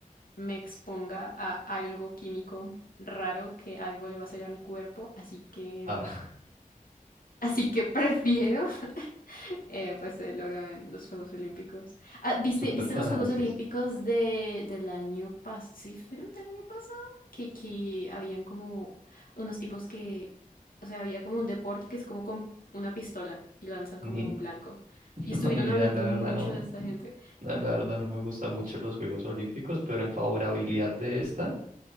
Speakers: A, on the left; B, on the right.
A: me exponga a algo químico raro que algo le va a hacer a mi cuerpo, así que,
B: Ah,
A: mm, así que prefiero eh, pues el oro en los Juegos Olímpicos.
B: <laughs>
A: Ah, ¿viste,
B: super
A: viste
B: tu
A: los
B: análisis.
A: Juegos Olímpicos de, del año pasado? ¿Sí fueron del año pasado? Que, que habían como unos tipos que, o sea, había como un deporte que es como con una pistola y lanzan como
B: Ni,
A: un blanco.
B: <laughs>
A: Y estuvieron
B: no, ni idea,
A: hablando
B: la verdad
A: mucho
B: no,
A: de esta gente.
B: la la verdad no me gustan mucho los Juegos Olímpicos, pero en favorabilidad de esta